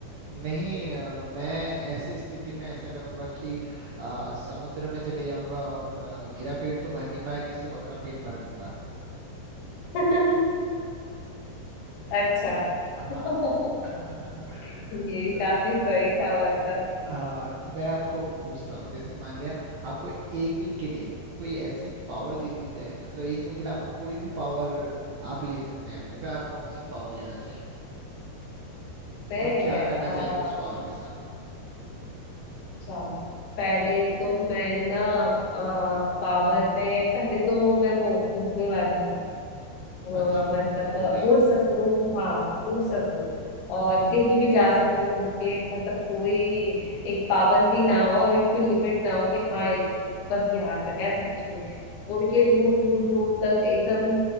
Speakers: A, on the right (about 65°); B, on the left (about 70°).
A: नहीं अ, मैं ऐसी स्थिति में ऐसा करूंगा कि अ, समुद्र में चले जाऊंगा और अ, मेरा पेट तो भर नहीं पाए किसी और का पेट भर दूंगा
B: <laughs> अच्छा <laughs>
A: हाँ <laughs>
B: ये भी
A: चलो
B: काफी
A: अ,
B: सही था मतलब
A: हाँ तो मैं आपको पूछता हूँ जैसे मान लिया आपको एक दिन के लिए कोई ऐसी पावर दे दी जाए मतलब एक दिन के लिए आपको कोई भी पावर आप ले सकते हैं अपने पे आप कौन सी पावर लेना चाहेंगे
B: मैं
A: और क्या
B: आ,
A: करना चाहेंगे उस पावर के साथ
B: अच्छा पहले तो मैं ना आ, पावर में पहले तो मैं वो घूमने वाली वो
A: अच्छा
B: मतलब
A: ठीक हो गया
B: उड़ सकूं हाँ उड़ सकूं और कहीं भी जा सकूं उड़ के मतलब कोई एक पाबंदी ना हो और एक कोई लिमिट ना हो कि हाँ ये- बस यहाँ तक ऐसा कुछ नहीं उड़ के दूर दूर दूर तक एकदम